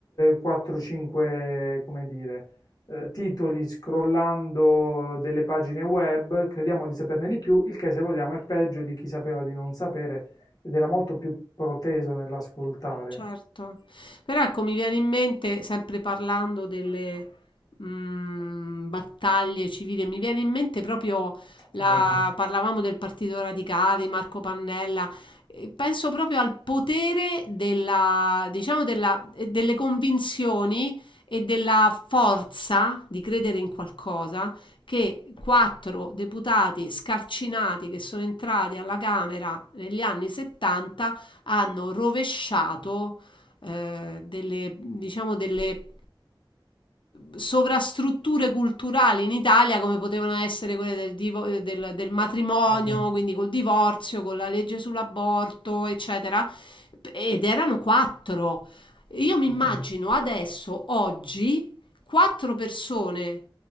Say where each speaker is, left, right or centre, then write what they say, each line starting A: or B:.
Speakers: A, on the left (about 50°); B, on the left (about 70°).
A: 4-5, come dire, eh, titoli scrollando delle pagine web, crediamo di saperne di più, il che se vogliamo è peggio di chi sapeva di non sapere ed era molto più proteso nell'ascoltare.
B: Certo. Però ecco, mi viene in mente, sempre parlando delle mh, battaglie civili, mi viene in mente proprio la...
A: Vero?
B: parlavamo del Partito Radicale, Marco Pannella. e Penso proprio al potere della, diciamo della, eh, delle convinzioni e della forza di credere in qualcosa che quattro deputati scarcinati che sono entrati alla Camera negli anni 70 hanno rovesciato eh, delle, diciamo, delle sovrastrutture culturali in Italia come potevano essere quelle del, divo- del- del matrimonio,
A: Sì,
B: quindi col divorzio, con la legge sull'aborto, eccetera. Ed erano quattro. Io mi immagino
A: Sì, sì,
B: adesso, oggi, quattro persone.